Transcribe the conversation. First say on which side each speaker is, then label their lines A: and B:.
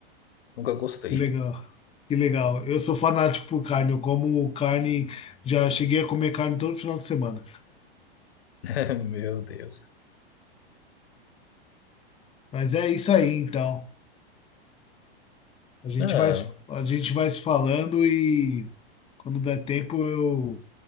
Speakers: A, on the left (about 75°); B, on the left (about 20°).
A: Nunca gostei.
B: Que legal, que legal. Eu sou fanático por carne, eu como carne, já cheguei a comer carne todo final de semana.
A: <laughs> Meu Deus.
B: Mas é isso aí, então. A gente
A: Ah,
B: vai, a gente vai se falando e quando der tempo eu